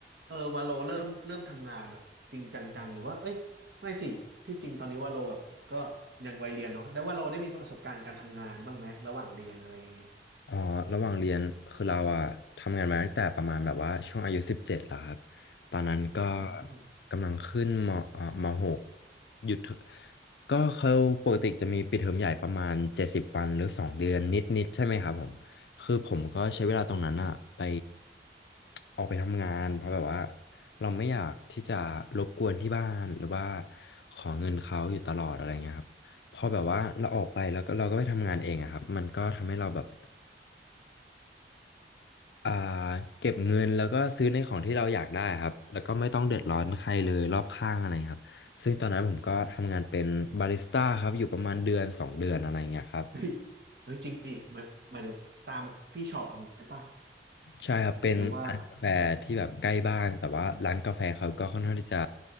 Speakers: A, on the right; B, on the left.
A: เออวาโลเริ่มเริ่มทำงานแบบจริงจังๆหรือว่าเอ้ยไม่สิที่จริงตอนนี้วาโลแบบก็ยังวัยเรียนเนาะแต่ว่าเราได้มีประสบการณ์การทำงานบ้างไหมระหว่างเรียนอะไรอย่างเงี้ย
B: อ๋อ ระหว่างเรียน คือเราอะทำงานมาตั้งแต่ประมาณแบบว่าช่วงอายุสิบเจ็ดแล้วครับ ตอนนั้นก็
A: อืม
B: กำลังขึ้นมเอ่อมหกหยุดเถอะก็เขาปกติจะมีปิดเทอมใหญ่ประมาณเจ็ดสิบวันหรือสองเดือนนิดๆใช่ไหมครับผม คือผมก็ใช้เวลาตรงนั้นอะไปออกไปทำงานเพราะแบบว่าเราไม่อยากที่จะรบกวนที่บ้านหรือว่าขอเงินเขาอยู่ตลอดอะไรเงี้ยครับพอแบบว่าเราออกไปแล้วก็เราก็ไปทำงานเองอะครับมันก็ทำให้เราแบบ อ่าเก็บเงินแล้วก็ซื้อในของที่เราอยากได้ครับแล้วก็ไม่ต้องเดือดร้อนใครเลยรอบข้างอะไรครับซึ่งตอนนั้นผมก็ทำงานเป็นบาริสต้าครับอยู่ประมาณเดือนสองเดือนอะไรเงี้ยครับ
A: เฮ้ยเฮ้ยจริงดิมันหมายถึงตามฟี่ช็อปอย่างเงี้ยป่ะ
B: ใช่ครับเป็นร้านกาแฟที่แบบใกล้บ้านแต่ว่าร้านกาแฟเขาก็ค่อนข้างที่จะ
A: หรือว่า